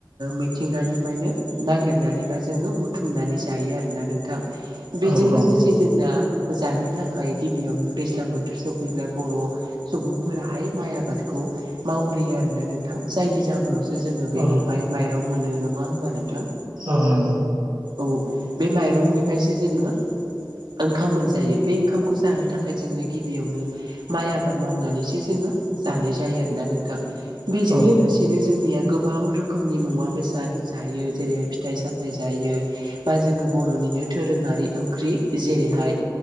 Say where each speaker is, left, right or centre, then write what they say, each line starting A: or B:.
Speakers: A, on the right; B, on the right.
A: मिथिंगानिफ्रायनो नागि नागिनानैबा जोङो बुथुमनानै जायो आरोना नोंथां बेजों
B: औ
A: लोगोसे जोंना जानो थाखाय गिबियावनो दैज्लां बोथोर सफैब्ला बर' सुबुंफोराहाय माइ आबादखौ मावग्रोयो आरोना नोंथां जायनि जाहोनाव जोङो बेनिफ्राय
B: औ
A: माइरं मोनो नङा होमबा नोंथां
B: औ नंगौ
A: औ बे माइरंनिफ्रायसो जोङो ओंखाम मोनजायो बे ओंखामखौ जानो थाखाय जोंनो गिबियावनो माइ आबाद मावनानैसो जोङो जानाय जायो आरोना नोंथां बेजों
B: औ
A: लोगोसेनो जोंनिया गोबां रोखोमनि मुवा बेसाद जायो जेरैहाय फिथाइ सामथायाइ जायो बा जोङो बर'निनो दोरोङारि ओंख्रि जेरैहाय